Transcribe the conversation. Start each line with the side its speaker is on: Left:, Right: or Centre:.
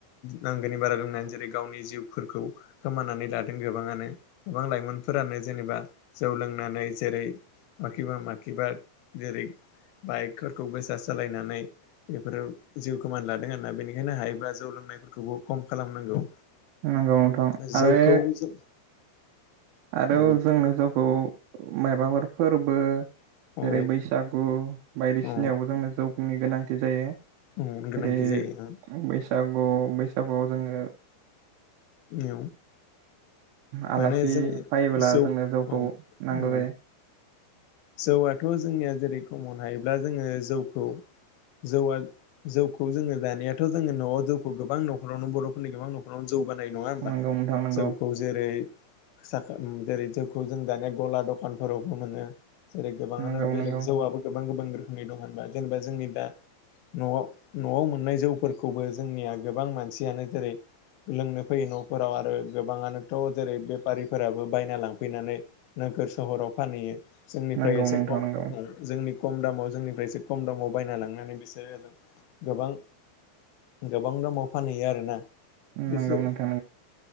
Left: नांगौनि बारा लोंनानै जेरै गावनि जिउफोरखौ खोमानानै लादों गोबाङानो गोबां लाइमोनफोरानो जेनेबा जौ लोंनानै जेरै माखिबा माखिबा जेरै बाइकफोरखौ गोसा सालायनानै बेफोराव जिउ खोमान लादों आरोना बेनि होनो हायोब्ला जौ लोंनायफोरखौबो खम खालामनांगौ
Right: नंगौ नोंथां
Left: जौखौ
Right: आरो
Left: जों
Right: आरो
Left: औ
Right: जोंनो गावखौ माबाफोर फोरबो
Left: औ
Right: जेरै बैसागु बायदिसिनायावबो
Left: औ
Right: जोंनो जौनि गोनांथि जायो
Left: औ गोनांथि
Right: जेरै
Left: जायो औ
Right: बैसागु बैसागुआव जोङो
Left: <unintelligible>
Right: आलासि
Left: माने जोङो
Right: फायोब्ला
Left: जौ
Right: जोंनो जौखौ
Left: औ
Right: नांगौ
Left: उम।
Right: जायो
Left: जौआथ' जोंनिया जेरै खमनो हायोब्ला जोङो जौखौ जौआ जौखौ जोङो जानायाथ' जोङो न'आव जौखौ गोबां न'खरावनो बर'फोरनि गोबां न'खरावनो ज जौ बानायो नङा होमबा
Right: नंगौ नोंथां नंगौ
Left: जौखौ जेरै साखो जेरै जौखौ जों दानिया गला दखानफोरावबो मोनो जेरै गोबाङानो
Right: नंगौ
Left: बेलेग
Right: नंगौ
Left: जौआबो गोबां गोबां रोखोमनि दं होनबा जेनेबा जोंनि दा नआव नआव मोननाय जौफोरखौबो जोंनिया गोबां मानसियानो जेरै लोंनो फैयो नफोराव आरो गोबाङानोथ जेरै बेफारिफोराबो बायना लांफैनानै नोगोर सहराव फानहैयो जोंनिफ्राय
Right: नंगौ
Left: एसे
Right: नोंथां
Left: खम
Right: नंगौ
Left: जोंनिफ्राय खम दामाव जोंनिफ्राय एसे खम दामाव बायना लांनानै बिसोरो ओजों गोबां गोबां दामाव फानहैयो आरोना बिसोर
Right: नंगौ नोंथां